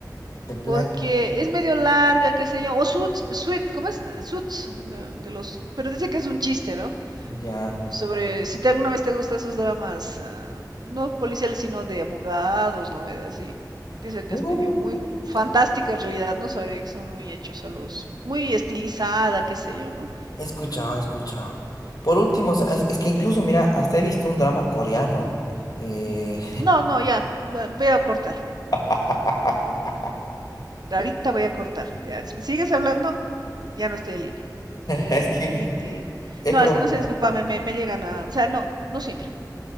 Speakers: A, on the left; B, on the right.
A: The Black.
B: Porque es medio larga, qué sé yo. O Suits, Suits, ¿cómo es? Ah, Suits, de, de los... Pero dice que es un chiste, ¿no?
A: Ya.
B: Sobre si te alguna vez te gustan esos dramas, ah, no policiales, sino de abogados, novelas, y dice que
A: Uh,
B: es medio muy fantástica
A: ta-
B: en realidad, ¿no? Sobre que son muy hechos a los, muy estilizada, qué sé yo, ¿no?
A: he escuchado, he escuchado. Por último, o sea, es, es que incluso, mira, hasta he visto un drama coreano. Eh,
B: No, no, ya, va- voy a cortar.
A: <laughs>
B: Ahorita voy a cortar. Ya, si me sigues hablando, ya no estoy en línea. Ti,
A: es que
B: ti, ti.
A: he
B: No,
A: probado.
B: es que no sé, discúlpame, me, me llegan a... O sea, no, no siempre.